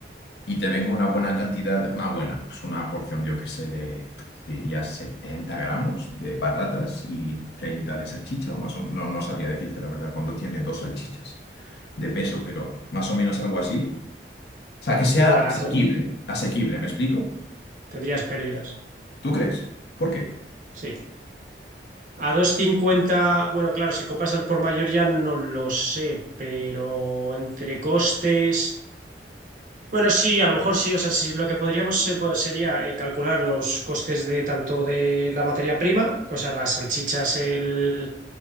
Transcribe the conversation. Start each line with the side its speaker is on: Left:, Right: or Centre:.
Left: y te venga una buena cantidad, una buena, pues una porción, yo que sé, de, te diría 70 gramos de patatas y 30 de salchicha, o más o menos, no, no sabría decirte la verdad cuánto tiene dos salchichas de peso, pero más o menos algo así. O sea, que sea
Right: muy barato.
Left: asequible, asequible, ¿me explico?
Right: Tendrías pérdidas.
Left: ¿Tú crees? ¿Por qué?
Right: Sí. A dos cincuenta, bueno, claro, si compras al por mayor ya no lo sé, pero entre costes Bueno, sí, a lo mejor sí. O sea, sí, lo que podríamos eh, pues, sería eh, calcular los costes de tanto de la materia prima, o sea, las salchichas el,